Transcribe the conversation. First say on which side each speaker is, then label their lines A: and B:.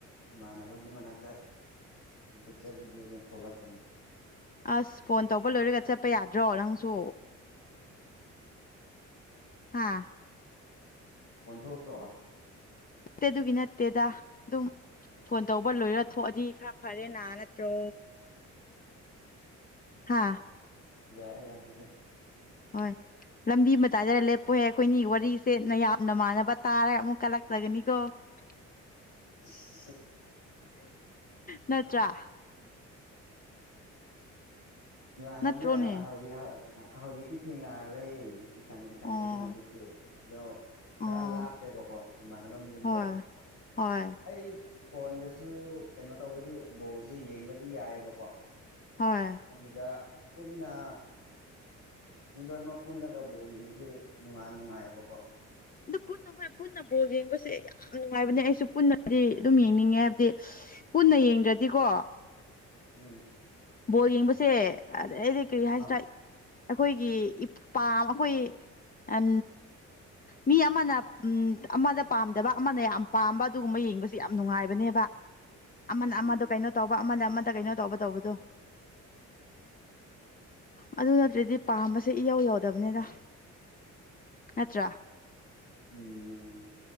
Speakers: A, on the left (about 70°); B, on the left (about 30°).
A: ꯏꯃꯥꯟꯅꯕꯒꯤ ꯃꯅꯥꯛꯇ ꯑꯃꯝꯇ ꯆꯠꯂꯨꯒꯦꯅ ꯊꯣꯛꯂꯛꯄꯅꯦ
B: ꯑꯁ ꯐꯣꯟ ꯇꯧꯕ ꯂꯣꯏꯔꯒ ꯆꯠꯄ ꯌꯥꯗ꯭ꯔꯣ ꯅꯪꯁꯨ ꯍꯥꯥ
A: ꯑꯣꯟꯊꯣꯛꯄ꯭ꯔꯣ
B: ꯅꯠꯇꯦ ꯑꯗꯨꯒꯤ ꯅꯠꯇꯦꯗ ꯑꯗꯨꯝ ꯐꯣꯟ ꯇꯧꯕ ꯂꯣꯏꯔ ꯊꯣꯛꯑꯗꯤ ꯈꯔ ꯐꯔꯦꯅꯥ ꯅꯠꯇ꯭ꯔꯣ ꯍꯥꯥ
A: ꯌꯥꯏ ꯌꯥ ꯑꯗꯨꯁꯨ
B: ꯍꯣꯏ ꯂꯝꯕꯤ ꯃꯇꯥꯏꯗꯒ ꯂꯦꯞꯄꯨꯍꯦ ꯑꯩꯈꯣꯏꯅꯤ ꯋꯥꯔꯤꯁꯦ ꯅꯌꯥꯝ ꯅꯃꯥꯟꯅꯕ ꯇꯥꯔ ꯑꯃꯨꯛ ꯀꯂꯛꯆꯒꯅꯤꯀꯣ <inaudible>
A: <unintelligible>
B: ꯅꯠꯇ꯭ꯔꯥ
A: ꯏꯃꯥꯟꯕꯗꯤ
B: ꯅꯠꯇ꯭ꯔꯣꯅꯦ
A: ꯍꯧꯖꯤꯛ ꯍꯧꯖꯤꯛꯇꯤ ꯊꯦꯡꯅꯔꯔꯣꯏ ꯏꯊꯟ ꯏꯊꯟꯗꯅꯦ
B: ꯑꯣ
A: ꯍꯧꯖꯤꯛꯇꯤ ꯑꯗꯣ ꯈꯔ
B: ꯑꯣ
A: ꯂꯥꯞꯄꯦꯕꯀꯣ ꯏꯃꯥꯟꯅꯕ ꯃꯌꯨꯝꯗꯣ
B: ꯍꯣꯏ ꯍꯣꯏ
A: ꯑꯩ ꯐꯣꯟꯗꯁꯨ ꯀꯩꯅꯣ ꯇꯧꯕꯗꯤ ꯕꯣꯜꯁꯤ ꯌꯦꯡꯕꯗꯤ ꯌꯥꯏꯌꯦꯕꯀꯣ
B: ꯍꯣꯏ
A: ꯑꯗꯨꯗ ꯄꯨꯟꯅ ꯃꯤ ꯂꯣꯟ ꯑꯃ ꯄꯨꯜꯂꯒ ꯕꯣꯜ ꯌꯦꯡꯕꯁꯦ ꯅꯨꯡꯉꯥꯏ ꯅꯨꯡꯉꯥꯏꯌꯦꯕꯀꯣ
B: ꯑ ꯄꯨꯟꯅ ꯍꯣꯏ ꯄꯨꯟꯅ ꯕꯣꯜ ꯌꯦꯡꯕꯁꯦ ꯌꯥꯝ ꯅꯨꯡꯉꯥꯏꯕꯅꯦ ꯑꯩꯁꯨ ꯄꯨꯟꯅꯗꯤ ꯑꯗꯨꯝ ꯌꯦꯡꯅꯤꯡꯉꯦ ꯍꯥꯏꯕꯗꯤ ꯄꯨꯟꯅ ꯌꯦꯡꯗ꯭ꯔꯗꯤꯀꯣ
A: ꯎꯝ
B: ꯕꯣ ꯌꯦꯡꯕꯁꯦ ꯑꯩꯗꯤ ꯀꯔꯤ ꯍꯥꯏꯁꯤ
A: ꯑꯥ
B: ꯑꯩꯈꯣꯏꯒꯤ ꯏꯄꯥꯝ ꯑꯩꯈꯣꯏ ꯎ ꯃꯤ ꯑꯃꯅ ꯎ ꯑꯃꯗ ꯄꯥꯝꯗꯕ ꯑꯃꯅ ꯌꯥꯝ ꯄꯥꯝꯕ ꯑꯗꯨꯒꯨꯝꯕ ꯌꯦꯡꯕꯁꯦ ꯌꯥꯝ ꯅꯨꯡꯉꯥꯏꯕꯅꯦꯕ ꯑꯃꯅ
A: ꯎꯝ
B: ꯑꯃꯗ ꯀꯩꯅꯣ ꯇꯧꯕ ꯑꯃꯅ ꯑꯃꯗ ꯀꯩꯅꯣ ꯇꯧꯕ ꯇꯧꯕꯗꯣ ꯑꯗꯨ ꯅꯠꯇ꯭ꯔꯗꯤ ꯄꯥꯝꯕꯁ ꯁꯤꯦ ꯏꯌꯥꯎ ꯌꯥꯎꯗꯕꯅꯦꯗ ꯅꯠꯇ꯭ꯔ
A: ꯎꯝ